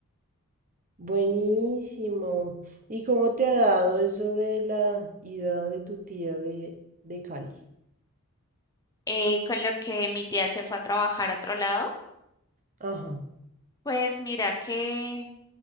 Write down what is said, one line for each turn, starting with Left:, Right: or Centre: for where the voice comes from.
Right: Buenísimo. ¿Y cómo te ha dado eso de la ida de tu tía de, de Cali?
Left: Eh, con lo que mi tía se fue a trabajar a otro lado,
Right: Ajá.
Left: pues mira que